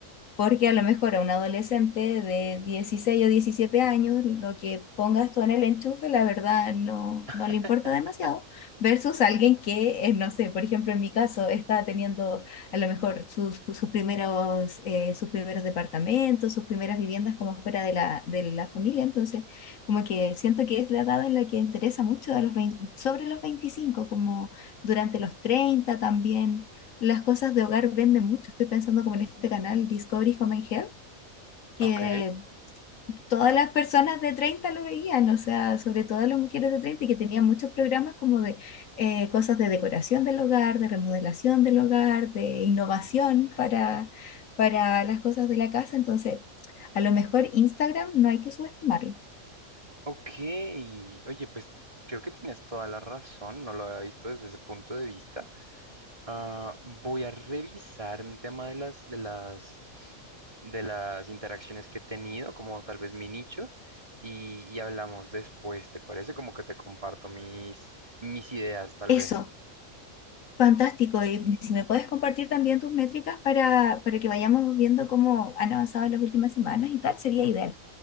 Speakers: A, on the left; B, on the right.
A: Porque a lo mejor a un adolescente de 16 o 17 años, lo que pongas tú en el enchufe, la verdad no,
B: <laughs>
A: no le importa demasiado, versus alguien que, eh, no sé, por ejemplo, en mi caso, está teniendo a lo mejor sus, sus primeros, eh, sus primeros departamentos, sus primeras viviendas como fuera de la, de la familia. Entonces, como que siento que es la edad en la que interesa mucho a los 20 sobre los 25 como durante los 30 también las cosas de hogar venden mucho. Estoy pensando como en este canal Discovery Home and Health, que
B: Ok,
A: todas las personas de 30 lo veían, o sea, sobre todo las mujeres de 30 y que tenían muchos programas como de eh, cosas de decoración del hogar, de remodelación del hogar, de innovación para, para las cosas de la casa. Entonces, a lo mejor Instagram no hay que subestimarlo.
B: ok. Oye, pues creo que tienes toda la razón, no lo había visto desde ese punto de vista. Ah, voy a revisar un tema de las, de las, de las interacciones que he tenido, como tal vez mi nicho, y, y hablamos después, ¿te parece? Como que te comparto mis, mis ideas, tal
A: Eso,
B: vez.
A: Fantástico, y si me puedes compartir también tus métricas para, para que vayamos viendo cómo han avanzado en las últimas semanas y tal, sería ideal.